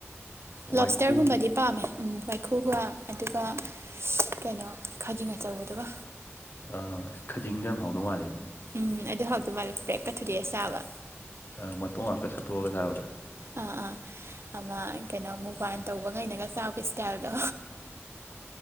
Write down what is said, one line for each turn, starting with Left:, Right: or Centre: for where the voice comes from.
Left: ꯋꯥꯏꯈꯨ
Right: ꯂꯣꯞꯁꯇꯔꯒꯨꯝꯕꯗꯤ ꯄꯥꯝꯃꯦ ꯎꯝ ꯋꯥꯏꯈꯨꯒ ꯑꯗꯨꯒ ꯀꯩꯅꯣ ꯈꯥꯖꯤꯡ ꯑꯆꯧꯕꯗꯨꯒ
Left: ꯑ ꯈꯖꯤꯡꯗꯣ ꯌꯥꯝ ꯍꯥꯎꯗꯧ ꯃꯥꯜꯂꯦ
Right: ꯎꯝ ꯑꯗꯨ ꯍꯥꯎꯗꯧ ꯃꯥꯜꯂꯦ ꯄ꯭ꯔꯦꯛꯀ ꯊꯨꯗꯦꯛꯑ ꯆꯥꯕ
Left: ꯑ ꯃꯇꯣꯡ ꯉꯥꯛꯇ ꯁꯠꯇꯣꯛꯑꯒ ꯆꯥꯕꯗꯣ
Right: ꯑꯥ ꯑꯥ ꯑꯃ ꯀꯩꯅꯣ ꯃꯨꯛꯕꯥꯡ ꯇꯧꯕꯉꯩꯅꯒ ꯆꯥꯕ ꯏꯁꯇꯥꯏꯜꯗꯣ